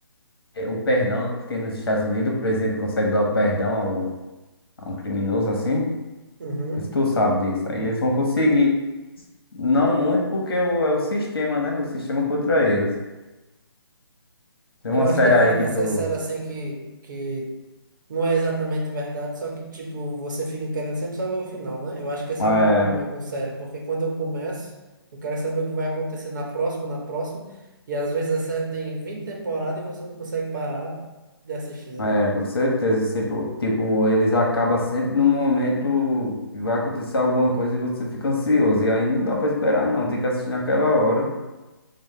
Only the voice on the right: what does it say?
Uhum.
Eu
acho
da
hora
essas
séries assim que, que Não é exatamente verdade, só que, tipo, você fica querendo sempre saber o final, né? Eu acho que esse
é o problema meu com série, porque quando eu começo, eu quero saber o que vai acontecer na próxima, na próxima, e às vezes a série tem 20 temporadas e você não consegue parar de assistir,
né?